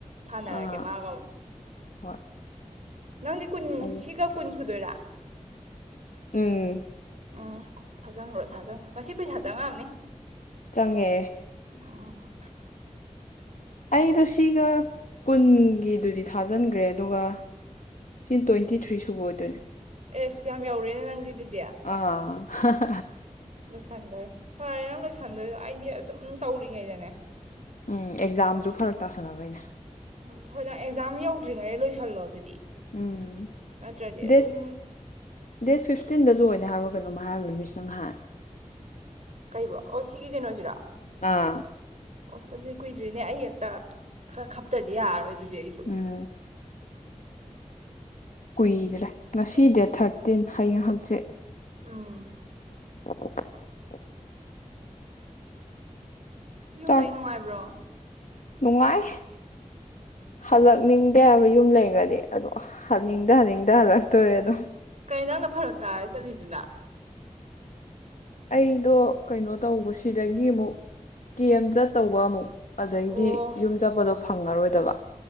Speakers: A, on the right; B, on the left.
A: ꯁꯥꯅꯔꯒꯦ
B: ꯑꯥ
A: ꯃꯥꯒ ꯑꯃꯨꯛ
B: ꯍꯣꯏ
A: ꯅꯪꯗꯤ ꯀꯨꯟ
B: ꯑꯩ
A: ꯁꯤꯒ ꯀꯨꯟ ꯁꯨꯗꯣꯏꯔꯥ
B: ꯎꯝ
A: ꯎꯝ ꯊꯥꯖꯪꯒꯔꯣ ꯊꯥꯖꯪꯒꯔꯣ ꯉꯁꯤ ꯄꯩꯁꯥ ꯆꯪꯉꯛꯑꯝꯅꯤ
B: ꯆꯪꯉꯦ
A: ꯎꯝ
B: ꯑꯩꯗꯣ ꯁꯤꯒ ꯀꯨꯟꯒꯤꯗꯨꯗꯤ ꯊꯥꯖꯟꯒꯔ꯭ꯦ ꯑꯗꯨꯒ ꯁꯤ ꯇ꯭ꯋꯦꯟꯇꯤ ꯊ꯭ꯔꯤ ꯁꯨꯕ ꯑꯣꯏꯗꯣꯏꯅꯦ
A: ꯑꯦꯁ ꯌꯥꯝ ꯌꯧꯔꯦꯅꯦ ꯅꯪꯗꯤ ꯗꯨꯠ
B: ꯑꯥ <unintelligible>
A: ꯂꯣꯏꯁꯟꯗꯣꯔꯦ ꯐꯔꯦ ꯅꯪ ꯂꯣꯏꯁꯟꯗꯣꯏꯗꯣ ꯑꯩꯗꯤ ꯑꯁꯨꯝ ꯇꯧꯔꯤꯉꯩꯗꯅꯦ
B: ꯎꯝ ꯑꯦꯛꯖꯥꯝꯖꯨ ꯐꯔꯛ ꯇꯥꯁꯟꯅꯕꯩꯅꯦ
A: ꯎꯝ ꯍꯣꯏ ꯅꯪ ꯑꯦꯛꯖꯥꯝ ꯌꯧꯗ꯭ꯔꯤꯉꯩ ꯂꯣꯏꯁꯜꯂꯣ ꯑꯗꯨꯗꯤ
B: ꯎꯝ
A: ꯅꯠꯇ꯭ꯔꯗꯤ ꯑꯗꯨꯝ
B: ꯗꯦꯠ ꯗꯦꯠ ꯐꯤꯐꯇꯤꯟꯗ ꯂꯣꯏꯅꯤ ꯍꯥꯏꯕꯔ꯭ ꯀꯩꯅꯣꯝ ꯍꯥꯏꯔꯝꯃꯤ ꯃꯤꯁꯅ ꯉꯥꯍꯥꯟ
A: ꯀꯩꯕꯣ ꯑꯣ ꯁꯤꯒꯤ ꯀꯩꯅꯣꯖꯤꯔꯣ
B: ꯑꯥ
A: ꯑꯣꯁ ꯑꯗꯨꯗꯤ ꯀꯨꯏꯗ꯭ꯔꯤꯅꯦ ꯑꯩ ꯑꯝꯇ ꯈꯔ ꯈꯞꯇꯔꯗꯤ ꯌꯥꯔꯣꯏ ꯗꯨꯗꯤ ꯑꯩꯁꯨ
B: ꯎꯝ ꯀꯨꯏꯗ꯭ꯔꯦ ꯉꯁꯤ ꯗꯦꯠ ꯊꯥꯔꯇꯤꯟ ꯍꯌꯦꯡ ꯍꯥꯡꯆꯤꯠ
A: ꯎꯝ
B: <unintelligible>
A: ꯌꯨꯝ
B: ꯆꯥꯛ
A: ꯂꯩ ꯅꯨꯡꯉꯥꯏꯕ꯭ꯔꯣ
B: ꯅꯨꯡꯉꯥꯏ ꯍꯜꯂꯛꯅꯤꯡꯗꯦ ꯍꯥꯏꯕ ꯌꯨꯝ ꯂꯩꯒꯗꯤ ꯑꯗꯣ ꯍꯟꯅꯤꯡꯗ ꯍꯟꯅꯤꯡ ꯗ ꯍꯜꯂꯛꯇꯣꯔꯦ ꯑꯗꯨꯝ
A: ꯀꯩ ꯅꯪꯅ ꯐꯔꯛ ꯇꯥꯔ ꯆꯠꯂꯤꯗꯨꯅ
B: ꯑꯩꯗꯣ ꯀꯩꯅꯣ ꯇꯧꯕꯁꯤꯗꯒꯤ ꯑꯃꯨꯛ ꯀꯦꯝ ꯆꯠꯇꯧꯕ ꯑꯃꯨꯛ ꯑꯗꯩꯗꯤ
A: ꯑꯣ
B: ꯌꯨꯝ ꯆꯠꯄꯗꯣ ꯐꯪꯉꯔꯣꯏꯗꯕ